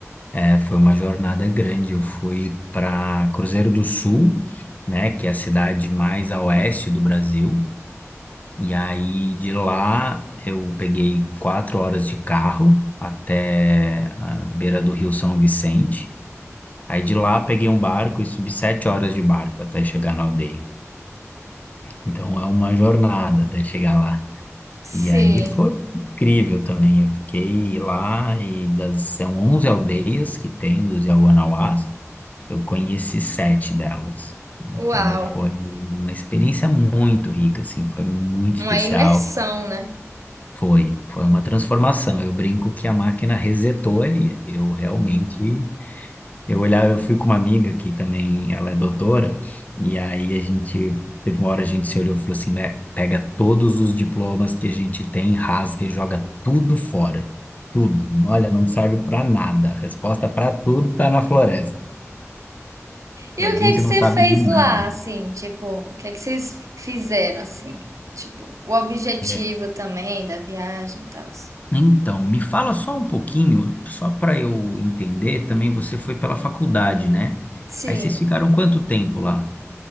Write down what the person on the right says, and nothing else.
Sim,
uau,
uma imersão, né?
E
o
que é que você
fez
lá, assim, tipo, o que é que vocês fizeram assim? Tipo, o objetivo
também da viagem e tal.
Sim,